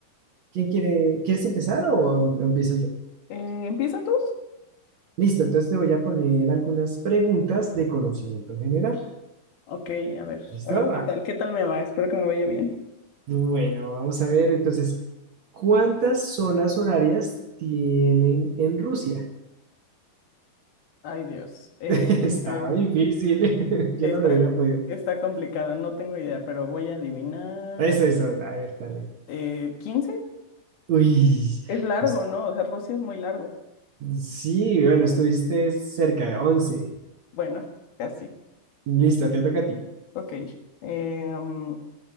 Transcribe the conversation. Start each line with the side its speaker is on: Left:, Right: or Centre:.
Right: ¿quién quiere, quieres empezar o empiezo yo?
Left: Eh, ¿empieza tú?
Right: Listo, entonces te voy a poner algunas preguntas de conocimiento general.
Left: Ok, a ver,
Right: ¿Listo?
Left: a ver, ¿qué
Right: Ah,
Left: tal? ¿Qué tal me va? Espero que me vaya bien.
Right: Bueno, vamos a ver entonces, ¿cuántas zonas horarias tienen en Rusia?
Left: Ay, Dios, eh,
Right: <laughs> Está
Left: em,
Right: difícil,
Left: sí,
Right: <laughs> yo
Left: está,
Right: no lo hubiera podido.
Left: está complicado, no tengo idea, pero voy a adivinar.
Right: Eso, eso, a ver, dale.
Left: Eh, ¿15?
Right: Uy,
Left: Es largo,
Right: es-
Left: ¿no? O sea, Rusia es muy largo.
Right: sí, bueno, estuviste cerca de once
Left: Bueno, casi.
Right: Listo, te toca a ti.
Left: Ok, em,